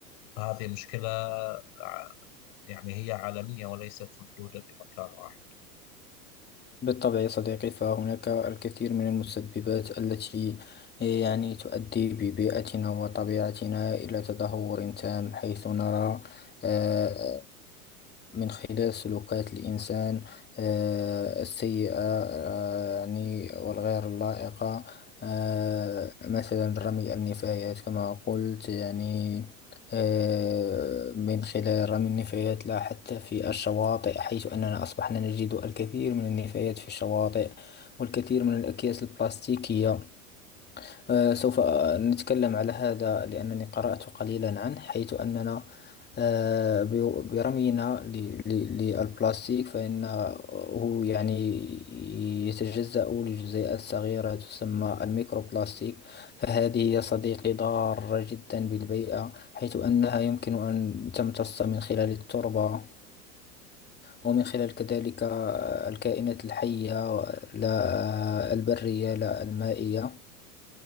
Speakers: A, on the left (about 45°); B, on the left (about 20°).
A: فهذه مشكلة ع- يعني هي عالمية وليست محدودة بمكان واحد
B: بالطبع يا صديقي فهناك الكثير من المسببات التي إيه، يعني تؤدي ببيئتنا وطبيعتنا إلى تدهور تام حيث نرى آه، من خلال سلوكات الإنسان آه، السيئة آه، يعني والغير اللائقة آه، مثلا رمي النفايات كما قلت يعني آه، من خلال رمي النفايات لا حتى في الشواطئ حيث أننا أصبحنا نجد الكثير من النفايات في الشواطئ والكثير من الأكياس البلاستيكية آه، سوف نتكلم على هذا لأنني قرأت قليلا عنه حيث أننا آه، ب- برمينا ل- ل- للبلاستيك فإنه يعني يتجزأ لجزيئات صغيرة تسمى الميكروبلاستيك فهذه يا صديقي ضارة جدا بالبيئة حيث أنها يمكن أن تمتص من خلال التربة ومن خلال كذلك آه، الكائنات الحية لا آه، البرية لا المائية